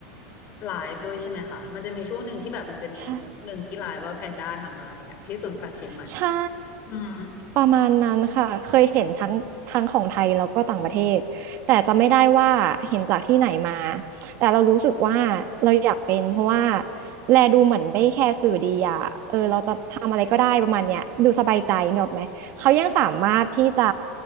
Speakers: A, on the left (about 45°); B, on the right (about 50°).
A: ไลฟ์ด้วยใช่ไหมคะมันจะมีช่วงหนึ่งที่แบบมันจะมีช่วงหนึ่งที่ไลฟ์ว่าแพนด้าทำอะไรอะที่สวนสัตว์เชียงใหม่
B: ใช่ใช่
A: อืม
B: ประมาณนั้นค่ะเคยเห็นทั้งทั้งของไทยแล้วก็ต่างประเทศแต่จะไม่ได้ว่าเห็นจากที่ไหนมาแต่เรารู้สึกว่าเราอยากเป็นเพราะว่าแลดูเหมือนไม่แคร์สื่อดีอ่ะเออเราจะทำอะไรก็ได้ประมาณเนี้ยดูสบายใจเนกอะไหมเขายังสามารถที่จะ